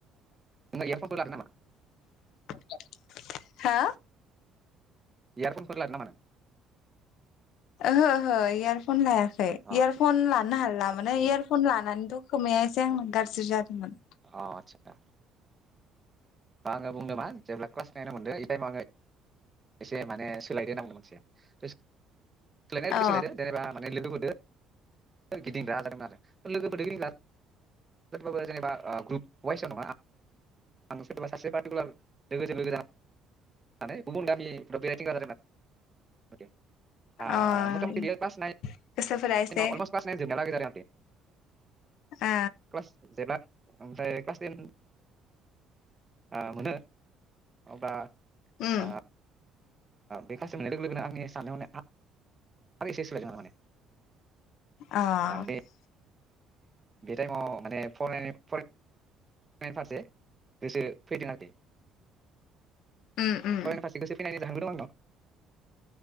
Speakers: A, on the right; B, on the left.
A: नोङो इयारफनफोर लादों नामा
B: <inaudible> हा
A: इयारफनफोर लादों नामानो?
B: ओहो ओहो इयारफन लायाखै।
A: अ
B: इयारफन ला नो हाला
A: अ
B: माने इयारफन लानानैथ खोमाया एसे आं गाज्रि जादोंमोन।
A: अ आतसा आङो बुंदों मा जेब्ला क्लास नाइनाव मोनदों टाइमाव आङो एसे माने सोलायदों होनामदों मोनसे सोलायनाय बिदि
B: अ
A: सोलायद जेनोबा माने लोगोफोरजों गिदिंग्रा आ जादोंमोन आरो लोगोफोरजों <unintelligible> गिदिंगबाबो जेनेबा ग्रुप वाइसाव नङा आं सोरबा सासे पार्टिकुलार लोगोजों लोगो <unintelligible> जानानै गुबुन गामिफ्राव बेरायथिंग जादों। ओ
B: अ
A: मथामथि बियो <unintelligible> आव
B: गोसोफोरा एसे
A: अलमस ख्लास नाइन जोबनाय लागै जादों। <inaudible>
B: ओ
A: <unintelligible> ओमफ्राय क्लास टेन ओ मोनो अब्ला
B: उम
A: आ बे कास मोननाय लोगो लोगोनो आंनि साननाय हनो आ सोलाय दों माने
B: इ
A: ओ बे बे टाइमाव माने फरायनायराय फारसे गोसो फैदों आरोखि
B: उम उम
A: फरेन फारसे गोसो फैनानै जाहोनबो दं आंनाव